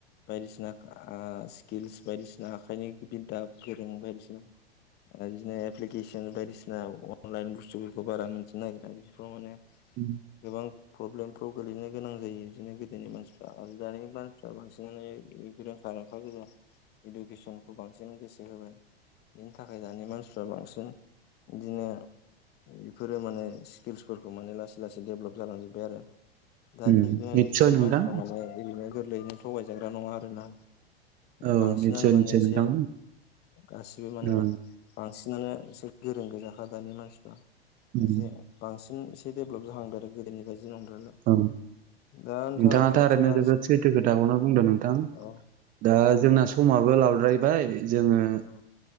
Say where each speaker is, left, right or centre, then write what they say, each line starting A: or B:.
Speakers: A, on the left (about 30°); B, on the right (about 25°).
A: बायदिसिना ओ स्किल्स बायदिसिना आखाइनि गि बि दाब गोरों बायदिसिना ओ बिदिनो एप्लिकेसन बायदिसिना अनलाइन बुस्थुफोरखौ बारा मोनथिनो नागिरा बिफोराव माने
B: उम
A: गोबां प्रब्लेमफ्राव गोलैनो गोनां जायो बिदिनो गोदोनि मानसिफ्रा आरो दानि मानसिफ्रा बांसिनानो रोंखा राखा गोजा इडुकेसनखौ बांसिन गोसो हो बाय बिनि थाखाय दानि मानसिफ्रा बांसिन बिदिनो बेफोरो माने स्किल्सफोरखौ माने लासै लासै देभलप जालांजोब्बाय आरो दानि
B: उम
A: दानि
B: निस्सय
A: जुगनि
B: नोंथां
A: मानसिफ्रा माने ओरैनो गोरलैयैनो थगायजाग्रा नङा आरोना
B: औ
A: बांसिनानो
B: निस्सय
A: माने
B: निस्सय
A: एसे
B: नोंथां
A: गासिबो माने
B: औ
A: बांसिन सिनानो एसे गोरों गोजाखा दानि मानसिफ्रा
B: उम
A: एसे बांसिन एसे डेभेलप जाहांदों आरो गोदोनि बायदि नंद्रायला
B: औ
A: दा नोंथां
B: नोंथाङा थारैनो
A: जोंना
B: जोबोद सैथो खोथाखौना बुंदों नोंथां
A: औ औ
B: दा जोंना समाबो लाद्रायबाय जोङो
A: औ